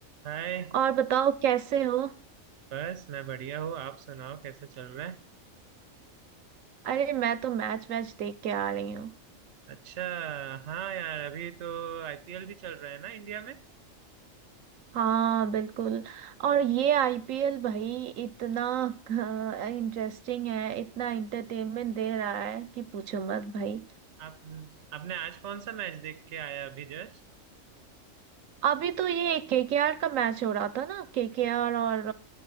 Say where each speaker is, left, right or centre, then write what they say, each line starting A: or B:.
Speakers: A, on the right; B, on the right.
A: हाय
B: और बताओ कैसे हो
A: बस मैं बढ़िया हूँ आप सुनाओ कैसे चल रहा है
B: अरे मैं तो मैच वैच देख के आ रही हूँ
A: अच्छा हाँ यार अभी तो आईपीएल भी चल रहा है ना इंडिया में
B: हाँ बिल्कुल और ये आईपीएल भाई इतना <laughs> इंटरेस्टिंग है इतना इंटरटेनमेंट दे रहा है कि पूछो मत भाई
A: आप आपने आज कौन सा मैच देख के आया अभी just
B: अभी तो ये केकेआर का मैच हो रहा था ना केकेआर और